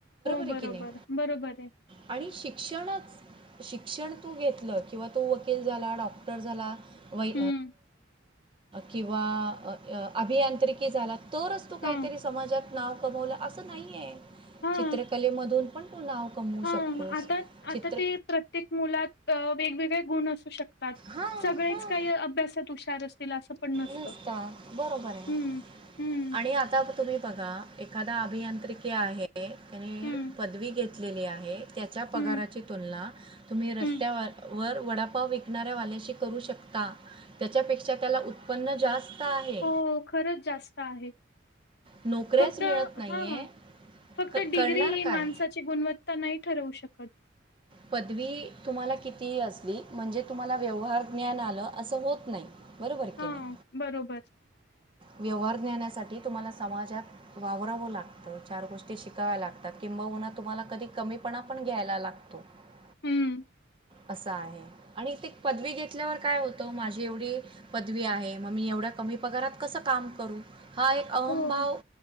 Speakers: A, on the left; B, on the right.
A: हो
B: आहे
A: बरोबर,
B: की नाही
A: बरोबर आहे.
B: आणि शिक्षणच, शिक्षण तू घेतलं किंवा तू वकील झाला डॉक्टर झाला वै
A: हं.
B: किंवा अभियांत्रिकी झाला तरच तु
A: हां.
B: काहीतरी समाजात कमवलं असं नाहीये.
A: हां.
B: चित्रकलेमधून पण तू नाव कमवू
A: हां.
B: शकतोस,
A: आता आता
B: चित्र
A: ते प्रत्येक मुलात अ, वेगवेगळे गुण असू शको
B: हां
A: सगळेच
B: हां
A: काही अभ्यासात हुशार असतील असं पण नसतं.
B: नसता बरोबर आहे
A: हं, हं,
B: आणि आता तुम्ही बघा एखादा अभियांत्रिक ते आहे. त्यांनी
A: हं,
B: पदवी घेतली. घेतलेली आहे. त्याच्या पगाराची
A: हं,
B: तुलना तुम्ही रस्त्यावर
A: हं.
B: वर वडापाव विकणाऱ्या वाल्याशी करू शकता त्यांच्यापेक्षा त्याला उत् उत्पन्न जास्त आहे
A: हो खरंच जास्त आहे.
B: नोकऱ्याच
A: फक्त
B: मिळत
A: हं
B: नाही
A: हं,
B: आहे
A: फक्त
B: क
A: डिग्री
B: करणार
A: ही
B: काय
A: माणसाची गुणवत्ता नाही ठरवू शकत. कधी
B: पदवी तुम्हाला किती असली, म्हणजे तुम्हाला व्यवहार ज्ञान आले. असे होत नाही. बरोबर
A: हा
B: की नाही
A: बरोबर.
B: व्यवहार ज्ञानासाठी तुम्हाला समाजात वावररावं लागतं, चार गोष्टी शिकाव्या लागतात किंबहुना तुम्हाला कधी कमीपणा पण घ्यायला लागतो. तो <unintelligible>
A: हम्म.
B: असं आहे आणि ते पदवी घेतल्यावर काय होतं माझी एवढी पदवी आहे, मग मी एवढ्या कमी पगारात... कसं काम करू? हा एक अहम
A: हो,
B: भाव